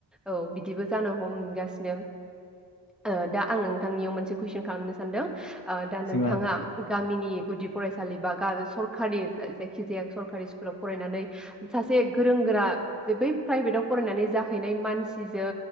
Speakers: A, in the centre; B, on the left.
A: औ बिदिबो जानो हमगासिनो ओ दा आं नोंथांनियाव मोनसे कुइसन खालामनो सानदों दा नोंथाङा
B: सोंनो हागोन दे
A: गामिनि गुदि फरायसालि बा गारस सरकारि जायखि जाया सरकारि स्कुलाव फरायनानै सासे गोरों गोरा बै प्राइभेटाव फरायनानै जाहैनाय मानसिजों